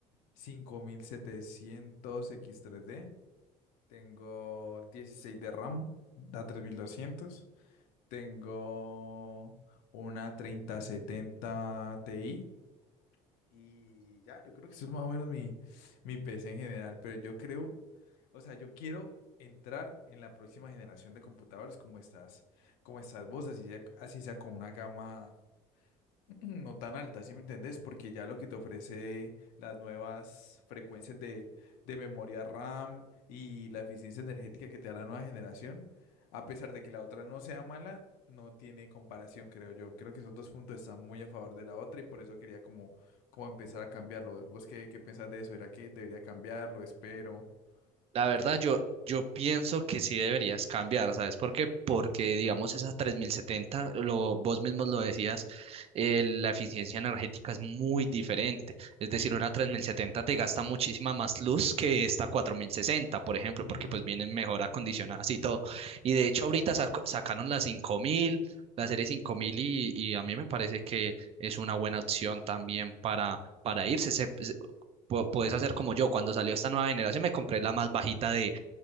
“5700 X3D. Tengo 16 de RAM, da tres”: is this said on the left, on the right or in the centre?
Left